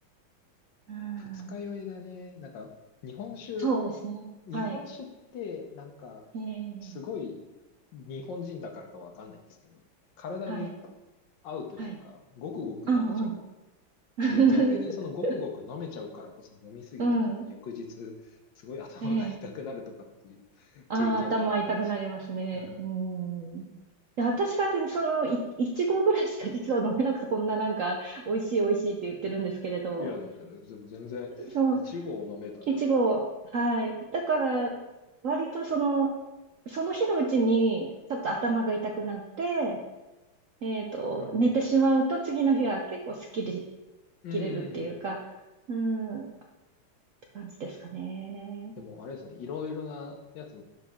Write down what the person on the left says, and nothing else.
二日酔いだね。なんか、日本酒、
日本酒って、
なんか、
すごい、日本人だからかわかんないんですけど、体に
合うというか、
ごくごく飲めちゃう。
で、逆にそのごくごく飲めちゃうからこそ飲みすぎて、
なんか翌日、すごい頭が痛くなるとかっていう
<laughs>
経験もあったりして。
うん。
いやいやいや、でも全然、
一合飲めたら、
うん。
う
ん。
でも、あれですね、いろいろなやつ、